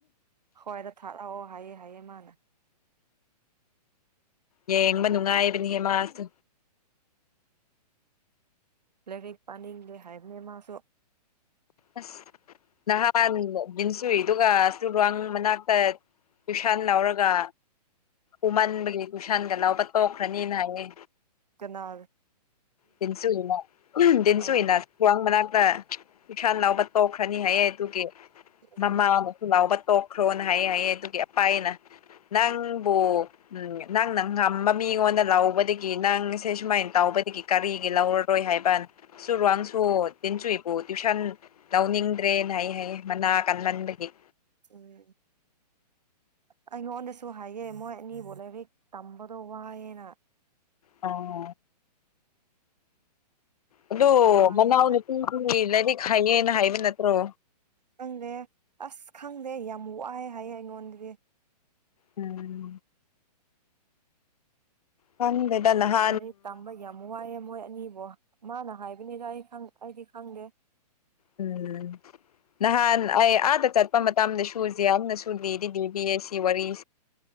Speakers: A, on the right; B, on the left.
A: <unintelligible> ꯍꯥꯏꯌꯦ ꯍꯥꯏꯌꯦ ꯃꯥꯅ
B: ꯌꯦꯡꯕ ꯅꯨꯡꯉꯥꯏꯕꯅꯤꯍꯦ ꯃꯥꯁꯨ
A: ꯂꯥꯏꯔꯤꯛ ꯄꯥꯅꯤꯡꯗꯦ ꯍꯥꯏꯕꯅꯤ ꯃꯥꯁꯨ
B: ꯑꯁ ꯅꯍꯥꯟ <unintelligible> ꯑꯗꯨꯒ ꯃꯅꯥꯛꯇ ꯇꯨꯏꯁꯟ ꯂꯧꯔꯒ ꯎꯃꯟꯕꯒꯤ ꯀꯨꯏꯁꯟꯒ ꯂꯧꯕ ꯇꯣꯛꯈ꯭ꯔꯅꯤꯅ ꯍꯥꯏꯌꯦ
A: ꯀꯅꯥꯜ
B: ꯇꯤꯟꯁꯨꯏꯅ ꯎꯝ ꯗꯤꯟꯁꯨꯏꯅ
A: ꯑꯣ
B: ꯈ꯭ꯋꯥꯡ ꯃꯅꯥꯛꯇ ꯎꯏꯁꯥꯟ ꯂꯥꯎꯕ ꯇꯣꯛꯈ꯭ꯔꯅꯤ ꯍꯥꯏꯌꯦ ꯑꯗꯨꯒꯤ
A: ꯎꯝ
B: ꯃꯃꯥꯅ ꯂꯥꯎꯕ ꯇꯣꯛꯈ꯭ꯔꯣꯅ ꯍꯥꯏꯌꯦ ꯍꯥꯏꯌꯦ ꯑꯗꯨꯒꯤ ꯑꯄꯩꯅ ꯅꯪꯕꯨ ꯎꯝ ꯅꯪꯅ ꯉꯝꯕ ꯃꯤꯉꯣꯟꯗ ꯂꯧꯕꯗꯒꯤ ꯅꯪꯁꯦ ꯁꯨꯃꯥꯏꯅ ꯇꯧꯕꯗꯒꯤ ꯀꯔꯤꯒꯤ ꯂꯧꯔꯔꯣꯏ ꯍꯥꯏꯕ ꯁꯨꯔꯨ ꯋꯥꯡꯁꯨ ꯇꯤꯟ ꯆꯨꯏꯕꯨ ꯇꯨꯏꯁꯟ ꯂꯧꯅꯤꯡꯗ꯭ꯔꯦꯅ ꯍꯥꯏ ꯍꯥꯏꯌꯦ ꯃꯅꯥ ꯀꯟꯃꯟꯕꯒꯤ
A: ꯎꯝ ꯑꯩꯉꯣꯟꯗꯁꯨ ꯍꯥꯏꯒꯦ ꯃꯣꯏ ꯑꯅꯤꯕꯨ ꯂꯥꯏꯕꯛ ꯇꯝꯕꯗꯣ ꯋꯥꯏꯌꯦꯅ
B: ꯑ ꯑꯗꯣ
A: ꯌꯥꯝ ꯋꯥꯏꯌꯦꯅ
B: ꯃꯅꯥꯎꯅꯨꯄꯤꯒꯤ ꯂꯥꯏꯔꯤꯛ ꯍꯩꯌꯦꯅ ꯍꯥꯏꯕ ꯅꯠꯇ꯭ꯔꯣ
A: ꯈꯪꯗꯦ ꯑꯁ ꯈꯪꯗꯦ ꯌꯥꯝ ꯋꯥꯏ ꯍꯥꯏꯌꯦ ꯑꯩꯉꯣꯟꯗꯗꯤ
B: ꯎꯝ ꯈꯪꯗꯦꯗ ꯅꯍꯥꯟ
A: ꯂꯥꯏꯔꯤꯛ ꯇꯝꯕ ꯌꯥꯝ ꯋꯥꯏꯌꯦ ꯃꯣꯏ ꯑꯅꯤꯕꯨ ꯃꯥꯅ ꯍꯥꯏꯕꯅꯤꯗ ꯑꯩ ꯈꯪ ꯑꯩꯗꯤ ꯈꯪꯗꯦ
B: ꯎꯝ ꯅꯍꯥꯟ ꯑꯩ ꯑꯥꯗ ꯆꯠꯄ ꯃꯇꯝꯗꯁꯨ ꯖꯦꯝꯌꯝꯅꯁꯨ ꯂꯤꯗꯤ ꯂꯤꯕꯤꯌꯦ ꯁꯤ ꯋꯥꯔꯤ